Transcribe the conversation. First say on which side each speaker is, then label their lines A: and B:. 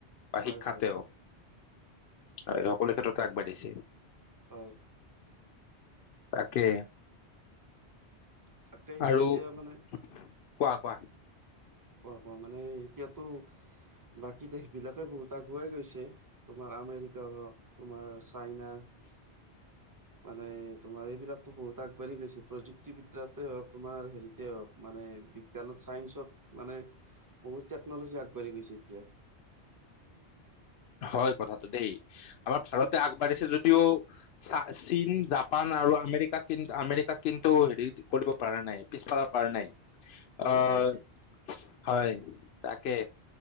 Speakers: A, on the left (about 70°); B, on the right (about 20°).
A: বা
B: হয়
A: শিক্ষাতে
B: হয়
A: হওক। আৰু সকলো ক্ষেত্ৰতে আগবাঢ়িছে।
B: হয়।
A: তাকে,
B: তাকেই
A: আৰু,
B: এতিয়া মানে
A: কোৱা কোৱা।
B: কোৱা কোৱা মানে, এতিয়াতো বাকী দেশ বিলাকে বহুত আগুৱাই গৈছে। তোমাৰ আমেৰিকা হওক তোমাৰ চাইনা। মানে, তোমাৰ এইবিলাকতো বহুত আগবাঢ়ি গৈছে। প্ৰযুক্তিবিদ্যাতে হওক তোমাৰ হেৰিতে হওক। মানে বিজ্ঞানত চাইন্ঞ্চত মানে বহুত তেকনলজি আগবাঢ়ি গৈছে এতিয়া।
A: হয় কথাটো দেই। আমাৰ ভাৰতে আগবাঢ়িছে যদিও চা চীন, জাপান আৰু আমেৰিকা কিন্ আমেৰিকা কিন্তু হেৰি কৰিব পৰা নাই। পিছফালা- পাৰা নাই।
B: নাই
A: অ'
B: নাই
A: হয়, তাকে।